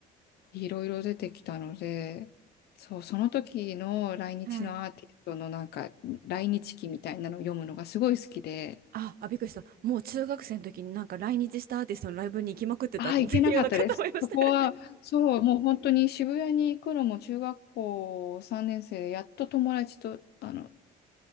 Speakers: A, on the left; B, on the right.
A: いろいろ出てきたので、そう、その時の来日のアーティストのなんか、
B: はい。
A: 来日記みたいなのを読むのがすごい好きで、
B: あ、あ、びっくりした。もう中学生の時になんか来日したアーティストのライブに行きまくってたっていうのかと思いました。
A: ああ、行けなかったです。そこは、
B: <laughs>
A: そう、もう本当に渋谷に行くのも中学校3年生で、やっと友達と、あの、